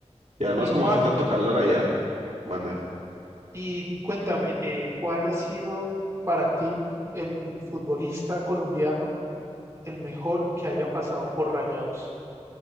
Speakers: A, on the right; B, on the right.
A: Y además
B: Y Juan,
A: como hace tanto calor allá, mande,
B: y cuéntame, eh, ¿cuál ha sido para ti el futbolista colombiano el mejor que haya pasado por Rayados?